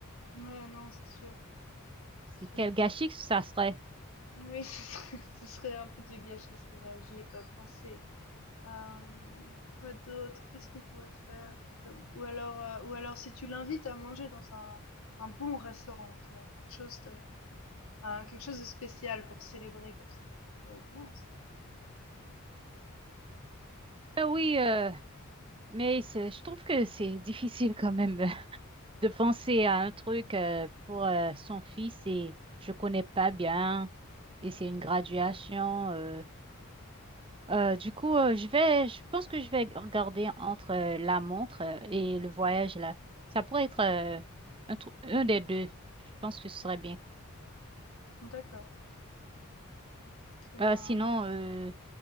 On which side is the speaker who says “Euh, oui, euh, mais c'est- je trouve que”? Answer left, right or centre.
Right